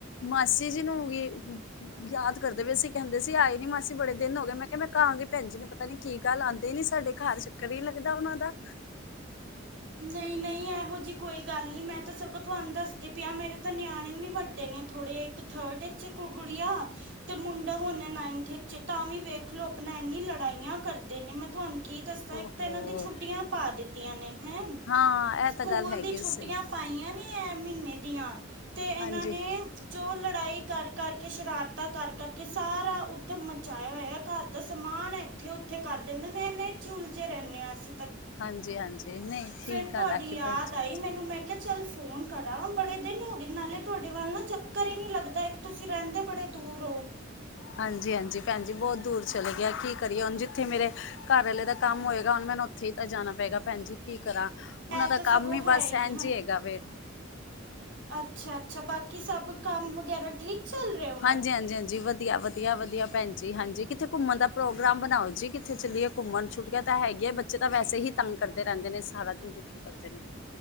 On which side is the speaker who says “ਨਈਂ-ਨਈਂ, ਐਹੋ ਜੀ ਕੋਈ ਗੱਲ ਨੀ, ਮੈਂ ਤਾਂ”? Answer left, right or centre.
Right